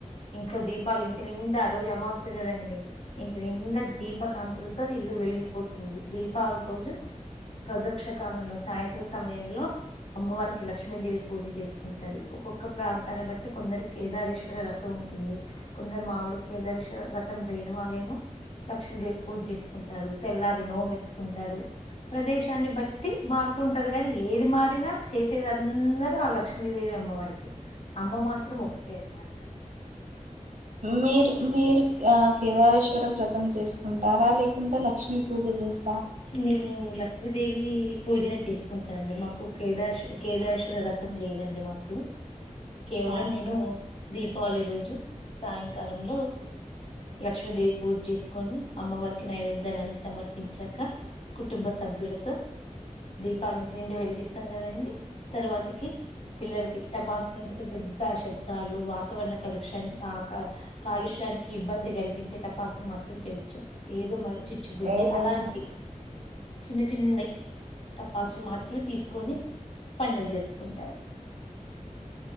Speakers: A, on the left; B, on the right.
A: ఇంట్లో దీపాలు ఇంటి నిండా ఆ రోజు అమావాస్య గదండి. ఇంటి నిండా దీప కాంతులతో లు వెలిగిపోతుంది. దీపావళి రోజు ప్రదక్ష కాలంలో సాయంత్ర సమయంలో అమ్మవారికి లక్ష్మీదేవి పూజ జేసుకుంటారు. ఒక్కొక్క ప్రాంతాన్నా బట్టి కొందరు కేదారేశ్వర వ్రతం ఉన్ ఉంటుంది. కొందరు మామూలుగ్ కేదరేశ్వర వ్రతం లేని వాళ్ళేమో లక్ష్మీదేవ్ పూజ్ జేసుకుంటారు. తెల్లారి నోమెంతుకుంటారు. ప్రదేశాన్ని బట్టి మారుతూ ఉంటద్ గాని ఏది మారినా చేసేది అందరూ ఆ లక్ష్మీదేవి అమ్ అమ్మ వారికి అమ్మ మాత్రం ఒకటే అనమాట.
B: మీరు మీరు క్ ఆ కేదారేశ్వర వ్రతం చేసుకుంటారా లేకుంటే లక్ష్మీ పూజ జేస్
A: నేను లక్ష్మీదేవి ఇవి పూజనే చేసుకుంటానండి మాకు కేదారశ్ కేదారేశ్వర వ్రతం లేదండి మాకు కేవలం
B: అవునా
A: నేను దీపావళి రోజు సాయంకాలంలో లక్ష్మీదేవి పూజ జేసుకొని అమ్మవారికి నైవేద్యాలన్ని సమర్పించాక్ క కుటుంబ సభ్యడుతో దీపాల్ ఇంటి నిండా వెలిగిస్తాం కదండి. తర్వాతకి పిల్లలకి టపాసులు అంటే పెద్ద పెద్ద శబ్దాలు వాతావరణ కాలక్ష్యాన్ ఆ కా కాలుష్య తరికి ఇబ్బంది గలిగించే టపాసును మాత్రం పేర్చం ఏదో మంచి చిచ్చుబుడ్డి
B: ఏం లేదండి
A: అలాంటి చిన్న చిన్నయ్ టపాసులు మాత్రమే తీసుకొని పండగ్ జరుపుకుంటావ్ <inaudible>